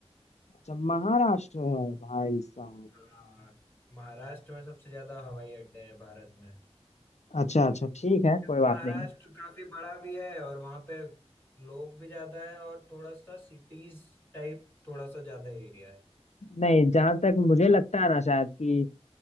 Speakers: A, on the left (about 80°); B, on the left (about 20°).
A: अच्छा महाराष्ट्र है भाई साहब
B: हाँ महाराष्ट्र में सबसे ज्यादा हवाई अड्डे हैं भारत में
A: अच्छा अच्छा ठीक है
B: क्योंकि
A: कोई बात
B: महाराष्ट्र
A: नहीं
B: काफी बड़ा भी है और वहां पे लोग भी ज्यादा है और थोड़ा सा सिटीज टाइप थोड़ा सा ज्यादा एरिया है
A: नहीं जहां तक मुझे लगता है ना शायद कि